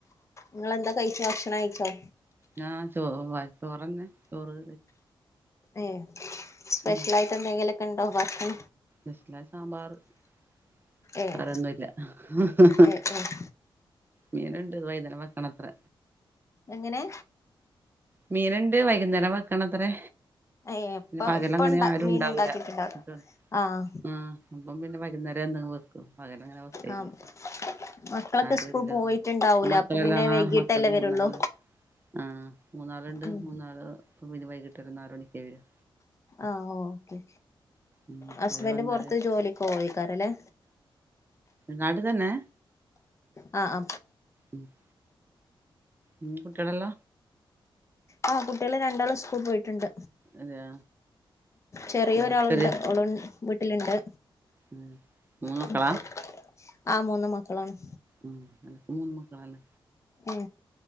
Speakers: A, on the left; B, on the right.
A: നിങ്ങെന്താ കഴിച്ച ഭക്ഷണം കഴിച്ചോ
B: ഞാൻ ചോസദാ ചോറന്നെ ചോറ്
A: ഏ സ്പെഷ്യൽ
B: ഉം
A: ആയിട്ട് എന്തെങ്കിലുമൊക്കെ ഉണ്ടോ ബാക്കി
B: ഇല്ല സാമ്പാർവേറെ
A: ഏഹ്
B: ഒന്നുമില്ല ഹഹ
A: ഏഹ് ഏഹ്
B: മീനുണ്ട്ത് വൈകുന്നേരം വെക്കണത്ര
A: എങ്ങനെ
B: മീനുണ്ട് വൈകുന്നേരം വെക്കണ ത്രേ
A: ഏഹ് ഇപ്പ
B: പിന്നെ പകല
A: ഇപ്പ
B: അങ്ങനെ
A: ഇണ്ട
B: ആരുംണ്ടാവില്ലഅതാണ്
A: മീൻ ഉണ്ടാക്കിട്ടുണ്ടാവും ആഹ്
B: ആഹ അപ്പം പിന്നെ വൈകുന്നേരം എന്തെ വെക്കും പകല് അങ്ങനെ വെക്കാറില്ല
A: ആഹ് മക്കളൊക്കെ
B: ആരൂല്ല
A: സ്കൂൾ പോയിട്ടുണ്ടാവൂലേ
B: അ മക്കളെല്ല
A: അപ്പൊ പിന്നെ വൈകീട്ടല്ലേ
B: ആഹ് മക്കള് മൂന്നാള്
A: വരുള്ളൂ
B: ആഹ് മൂന്നാള്ണ്ട്
A: ഉം
B: മൂന്നാള് പിന്നെ വൈകിട്ടൊര് ആറ് മണിക്കവരും
A: ആഹ് ഓക്കെ
B: ഉം
A: ഹസ്ബൻഡ്
B: അവര് വന്നാല്
A: പൊർത്ത് ജോലിക്കപോവായിരിക്കും അല്ലേ
B: നാട്ട്ത്തന്നെ
A: ആ അ
B: ഉം <inaudible> ഉം കുട്ട്യാളെല്ല
A: ആഹ് കുട്ട്യാള് രണ്ടാളും സ്കൂൾ പോയിട്ട്ണ്ട്
B: അതെയ
A: ചെറിയൊരാളുണ്ട്
B: ഉം ചെറിയ
A: ഓള് വീട്ടില്ണ്ട്
B: ഉം <inaudible> മക്കളാ
A: <unintelligible> ആ മൂന്ന് മക്കളാണ്
B: ഉം ഇൻക്കും മൂന്ന് മക്കളാണ്
A: ഉം